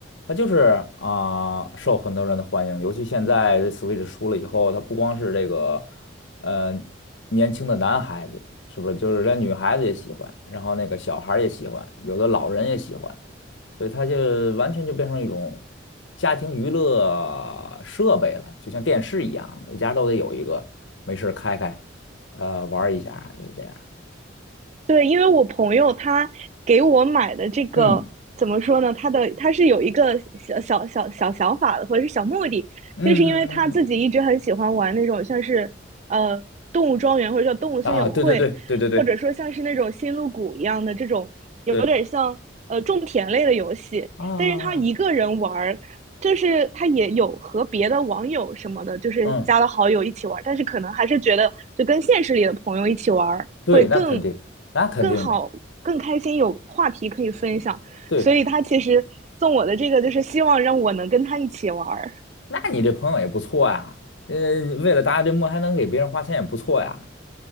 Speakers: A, on the left; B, on the right.
A: 它就是啊、受很多人的欢迎，尤其现在 Switch 出了以后，它不光是这个呃年轻的男孩子，是不是？就是连女孩子也喜欢，然后那个小孩儿也喜欢，有的老人也喜欢。所以它就完全就变成一种家庭娱乐设备了，就像电视一样，每家都得有一个，没事儿开开，呃，玩儿一下，就是这样。
B: 对，因为我朋友他给我买的这个怎么说呢？
A: 嗯
B: 他的他是有一个小小小小想法的，或者是小目的，
A: 嗯嗯嗯嗯
B: 就是因为他自己一直很喜欢玩那种像是呃动物庄园或者叫动物森友会，
A: 啊，对对对对对对
B: 或者说像是那种星露谷一样的这种有点像呃种田类的游戏，
A: 对啊，啊啊啊
B: 但是他一个人玩儿，就是他也有和别的网友什么的，就是加了好友一起玩儿，
A: 嗯，
B: 但是可能还是觉得就跟现实里的朋友一起玩儿。
A: 对，
B: 会更
A: 那肯定，那肯定的，
B: 更好、更开心，有话题可以分享。
A: 对，
B: 所以他其实送我的这个，就是希望让我能跟他一起玩儿，
A: 那你这朋友也不错呀，呃，为了达这目还能给别人花钱也不错呀。